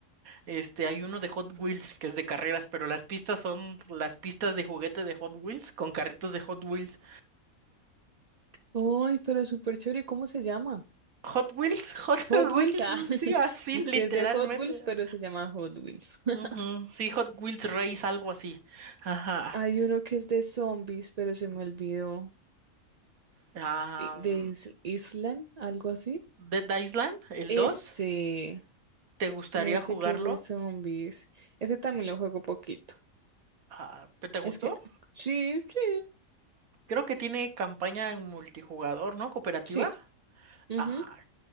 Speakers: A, on the right; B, on the right.
A: Este, hay uno de Hot Wheels que es de carreras, pero las pistas son las pistas de juguete de Hot Wheels con carritos de Hot Wheels.
B: Ay, pero súper chévere, ¿cómo se llama?
A: Hot Wheels, <laughs> Hot
B: Hot
A: Wheels,
B: Wheels, ah, <laughs>
A: sí, así
B: es
A: literalmente.
B: que es de Hot Wheels, pero se llama Hot Wheels. <laughs>
A: Ujú, Sí, Hot Wheels Race, algo así. Ajá.
B: Hay uno que es de zombies, pero se me olvidó,
A: Am,
B: i- de Is- Island, algo así.
A: Dead Island, el
B: Ese,
A: dos ¿te gustaría
B: ese
A: jugarlo?
B: que es de zombies, ese también lo juego poquito.
A: Ah, ¿te te gustó?
B: Es que, sí, sí,
A: Creo que tiene campaña en multijugador, ¿no? Cooperativa.
B: sí, ujú,
A: Ah,